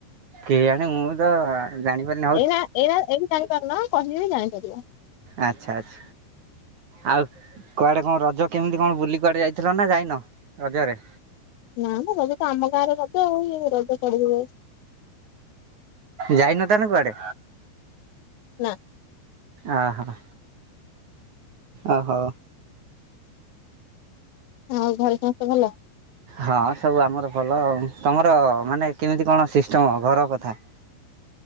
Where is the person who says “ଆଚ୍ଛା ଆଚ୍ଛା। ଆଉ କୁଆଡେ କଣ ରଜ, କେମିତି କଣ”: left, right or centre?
Right